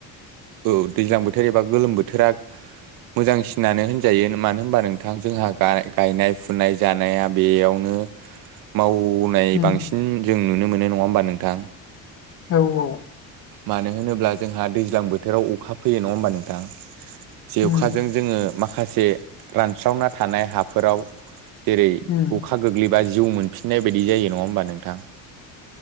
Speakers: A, on the right; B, on the left.
A: औ दैज्लां बोथोर एबा गोलोम बोथोरा मोजांसिनानो होनजायो मानो होनबा नोंथां जोंहा गायनाय फुनाय । जानाया बेयावनो मावनाय
B: उम
A: बांसिन जों नुनो मोनो नङा होमबा नोंथां?
B: औ औ ।
A: मानो होनोब्ला जोंहा दैज्लां बोथोराव अखा फैयो नङा होमबा नोंथां? जे
B: उम
A: अखाजों जोङो माखासे रानस्रावना थानाय हाफोराव जेरै
B: उम
A: अखा गोग्लैबा जिउ मोनफिननाय बायदि जायो नङा होमबा नोंथां?